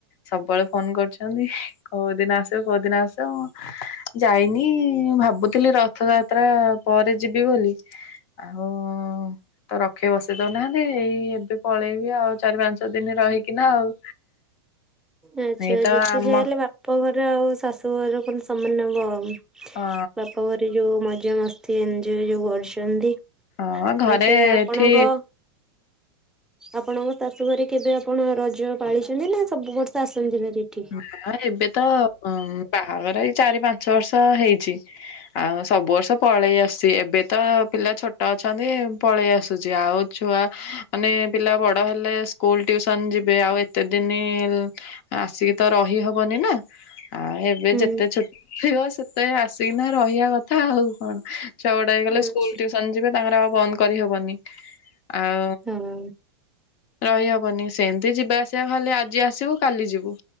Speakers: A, on the left; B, in the centre.
A: ସବୁବେଳେ ଫୋନ କରୁଛନ୍ତି, କୋଉ ଦିନ ଆସିବୁ କୋଉ ଦିନ ଆସିବୁ। ଯାଇନି, ଭାବୁଥିଲି ରଥଯାତ୍ରା ପରେ ଯିବି ବୋଲି। ଆଉ ତ ରଖେଇ ବସେଇ ଦଉ ନାହାନ୍ତି। ଏଇ ଏବେ ପଳେଇବି ଆଉ ଚାରି ପାଞ୍ଚ ଦିନି ରହିକି ନା ଆଉ।
B: ଆଛା
A: ଏଇ ତ
B: ଯେତେ
A: ଆମ
B: ଯାହା ହେଲେ ବାପା ଘର ଆଉ ଶାଶୁ ଘର କଣ ସମାନ ହବ ଆଉ।
A: ହଁ
B: ବାପା ଘରେ ଯୋଉ ମଜା ମସ୍ତି ଏଞୟ ଯୋଉ କରିଛନ୍ତି।
A: ହଁ ଘରେ
B: ଆଛା, ଆପଣଙ୍କ
A: ଏଠି
B: ଆପଣଙ୍କ ତାତୁ ଘରେ କେବେ ଆପଣ ରଜ ପାଳିଛନ୍ତି? ନା ସବୁ ବର୍ଷ ଆସନ୍ତି ଭାରି। ଏଠିକି?
A: ନା ଏବେ ତ ବାହାଘର ଏଇ ଚାରି ପାଞ୍ଚ ବର୍ଷ ହେଇଛି। ଆଉ ସବୁ ବର୍ଷ ପଳେଇ ଆସୁଛି। ଏବେ ତ ପିଲା ଛୋଟ ଅଛନ୍ତି ପଳେଇ ଆସୁଛି ଆଉ ଛୁଆ, ମାନେ ପିଲା ବଡ ହେଲେ ସ୍କୁଲ ଟିୟୁସନ ଯିବେ ଆଉ ଏତେ ଦିନି ଆସିକି ତ ରହିହବନି ନା ଆଉ ଏବେ
B: ହୁଁ
A: ଯେତେ ଛୁଟିହବ ସେତେ ଆସିକିନା ରହିବା କଥା। କଥା ଆଉ କଣ। ଛୁଅ ଗୁଡା ହେଇଗଲେ,
B: ହୁଁ।
A: ସ୍କୁଲ ଟ୍ୟୁସନ ଯିବେ ତାଙ୍କର ଆଉ ବନ୍ଦ କରିହବନି। ଆଉ
B: ହଁ
A: ରହିହବନି ସେମିତି। ଯିବା ଆସିବା ଖାଲି, ଆଜି ଆସିବୁ କାଲି ଯିବୁ।